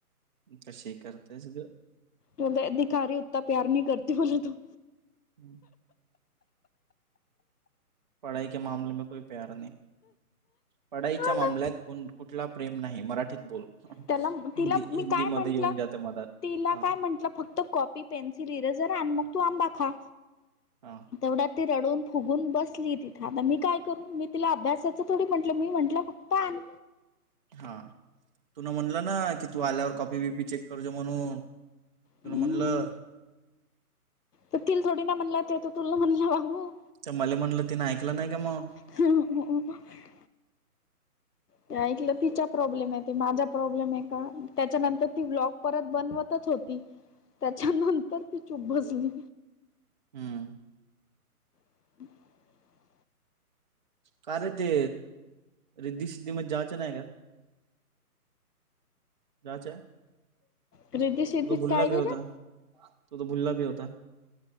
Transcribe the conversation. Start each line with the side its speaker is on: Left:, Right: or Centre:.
Right: कशी करतेस ग?
Left: बोले दिखा रही उत्ता प्यार नही करते बोले तू.
Right: हम्म. पढाई के मामले मे कोई प्यार नही. पढाईच्या
Left: हा
Right: मामल्यात
Left: ना
Right: कोण कुठला प्रेम नाही, मराठीत बोल.
Left: त्याला
Right: हिंदी
Left: तिला मी
Right: हिंदीमध्ये
Left: काय म्हटलं?
Right: येऊन जाते मधात
Left: तिला
Right: हा
Left: काय म्हंटलं फक तो कॉपी, पेन्सिल, इरेजर आण, मग तू आंबा खा.
Right: हा. ‌
Left: तेवढ्यात ती रडून फुगून बसली तिथं आता मी काय करू? मी तिला अभ्यासाचं थोडी म्हटलं‌. मी म्हंटलं फक्त पण
Right: हा. तुन म्हणलं ना, ‌की तू आल्यावर कॉपी बिपी चेक करजो म्हणून तुन
Left: हम्म
Right: म्हणलं.
Left: तर तिल थोडी ना म्हणला ते तर तुला ना म्हणलं वाहू.
Right: तर मले म्हटलं तिने ऐकलं नाही का मग?
Left: <unintelligible> ते ऐकलं तिच्या प्रॉब्लेम आहे ते माझा प्रॉब्लेम आहे का? त्याच्यानंतर ती ब्लॉक परत बनवतच होती, त्याच्यानंतर ती चूप बसली.
Right: हम्म.
Left: <inaudible>
Right: का रे ते रिद्ध सिद्धीमध्ये जायचं नाही का? जायच आहे.
Left: रितीश रितीश
Right: तु तर भुल्ला
Left: काय
Right: भी होता,
Left: रे
Right: तु तर भुल्ला भी होता.